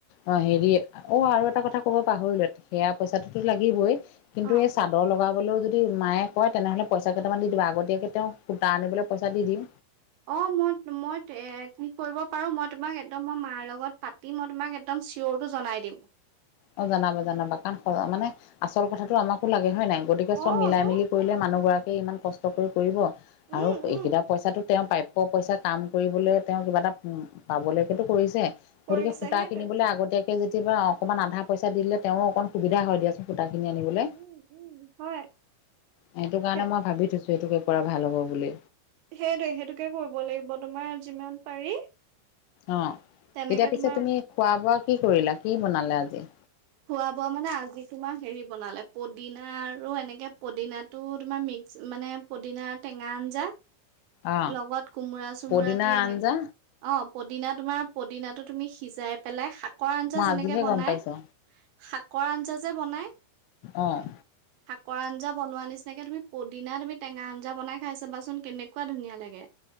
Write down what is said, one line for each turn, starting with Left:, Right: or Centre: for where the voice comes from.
Left: অ হেৰি অ আৰু এটা কথা কব পাহৰিল সেয়া পইচাটোতো লাগিবই। কিন্তু
Right: অ'।
Left: এই চাদৰ লগাবলৈও যদি মায়ে কয় তেনেহলে পইচা কেইটামান দিব আগতীয়াকে তেওঁক পূতা আনিবলৈ পইচা। আৰু দি দিম।
Right: অ মই মই কি কৰিব পাৰো মই তোমাক একদম মই মাৰ লগত পাতি মই তোমাক একদম। চিয়ৰটো জনাই দিম।
Left: অ জাবা জনাবা কাৰণ মানে আচল কথাটো আমাকো লাগে হয় নাই। গতিকে
Right: অ
Left: চব মিলাই
Right: তো
Left: মিলি কৰিলে মানুহ গৰাকীয়ে ইমান কষ্ট কৰি কৰিব
Right: উম
Left: আৰু
Right: উম
Left: এইকেইটা পইচাটো। তেওঁ প্ৰাপ্য পইচা কাম কৰিবলৈ, তেওঁ কিবা এটা পাবলৈকেতো কৰিছে।
Right: কৰিছে
Left: গতিকে সূতা
Right: সেইটোৱে
Left: কিনিবলৈ আগতীয়াকে যেতিয়া অকনমান আধা পইচা দি দিলে, তেওঁৰ অকমান সুবিধা হয় দিয়াচোন। সূতাখিনি আনিবলৈ,
Right: উম উম উম হয়
Left: সেইটোকাৰণে
Right: সে
Left: মই ভাবি থৈছোঁ সেইটোকে কৰা ভাল হ'ব বুলি।
Right: সেইটোৱে, সেইটোকে কৰিব লাগিব তোমাৰ যিমান পাৰি।
Left: অ'।
Right: তেনেকে
Left: এতিয়া পিছে
Right: তোমাৰ
Left: তুমি খোৱা-বোৱা কি কৰিলা? কি বনালে আজি?
Right: খোৱা-বোৱা মানে, আজি তোমাৰ হেৰি বনালে। পদিনা আৰু এনেকে পদিনাটো তোমাৰ মিক্স মানে পদিনা টেঙা আঞ্জা।
Left: অ
Right: লগত কোমোৰা-চোমোৰা
Left: পদিনাৰ
Right: দি, এনে
Left: আঞ্জা
Right: অ' পদিনা তোমাৰ, পদিনাটো তুমি সিজাই পেলাই শাকৰ আঞ্জা
Left: মই
Right: যেনেকে
Left: আজিহে
Right: বনায়!
Left: গম পাইছো
Right: শাকৰ আঞ্জা যে বনায়!
Left: অ'।
Right: শাকৰ আঞ্জা বনোৱা নিচিনাকে তুমি পদিনা, তুমি টেঙা আঞ্জা বনাই চাবাচোন। কেনেকুৱা ধুনীয়া লাগে!